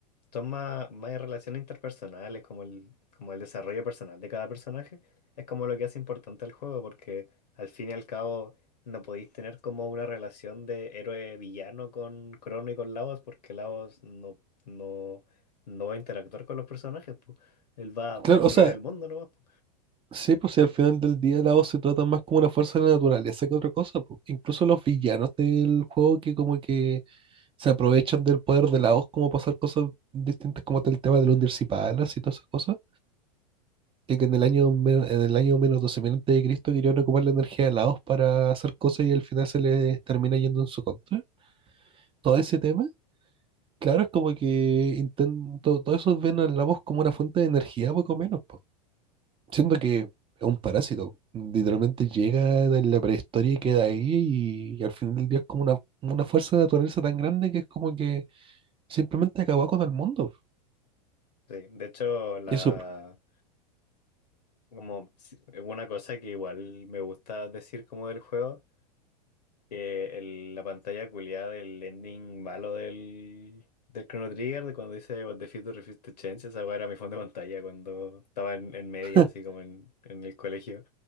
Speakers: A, on the left; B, on the right.
A: son más, más relaciones interpersonales, como el, como el desarrollo personal de cada personaje, es como lo que hace importante el juego, porque al fin y al cabo no podéis tener como una relación de héroe-villano con Crono y con Lavos, porque Lavos no, no, no va a interactuar con los personajes, po. Él va a
B: claro,
A: destruir
B: o sea,
A: el mundo nomás, po.
B: sí, pues si al final del día la voz se trata más como una fuerza de la naturaleza que otra cosa, po. Incluso los villanos del juego que como que se aprovechan del poder de la voz como para hacer cosas distintas, como el tema de los Dircipalas y todas esas cosas, que, que en el año, men- en el año menos 12.000 antes de Cristo querían ocupar la energía de la voz para hacer cosas y al final se les termina yendo en su contra. Todo ese tema, claro, es como que intento, todo eso ven a la voz como una fuente de energía, poco menos, po. siendo que es un parásito. Literalmente llega en la prehistoria y queda ahí y, al final del día es como una, una fuerza de naturaleza tan grande que es como que simplemente acabó con el mundo.
A: Sí, de hecho, la,
B: Eso, bro.
A: como si- una cosa que igual me gusta decir como del juego Que el- la pantalla culiada del ending malo del, del Chrono Trigger, de cuando dice What the future refused to change, esa weá era mi fondo de pantalla cuando estaba en, en media,
B: <laughs>
A: así como en, en el colegio.